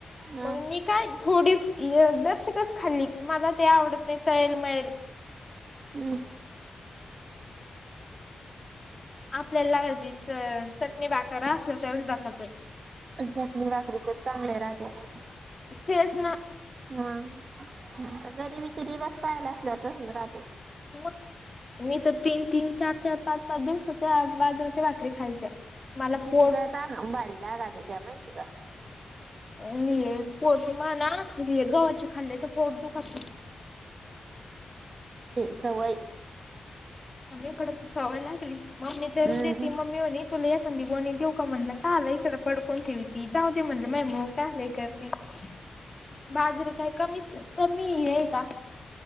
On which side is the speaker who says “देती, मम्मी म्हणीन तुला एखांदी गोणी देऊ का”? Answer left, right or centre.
Left